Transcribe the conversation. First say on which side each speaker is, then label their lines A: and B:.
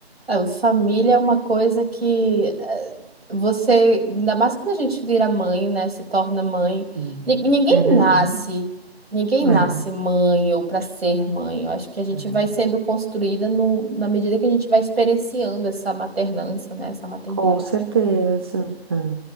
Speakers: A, on the right; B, on the right.
A: É, A família é uma coisa que eh, você, ainda mais quando a gente vira mãe, né? Se torna mãe.
B: Hum.
A: Ni- Ninguém
B: É verdade.
A: nasce, ninguém
B: É,
A: nasce mãe ou para ser mãe. Eu acho que a gente
B: é.
A: vai sendo construída no, na medida que a gente vai experienciando essa maternância, né? Essa maternidade.
B: Com certeza. é.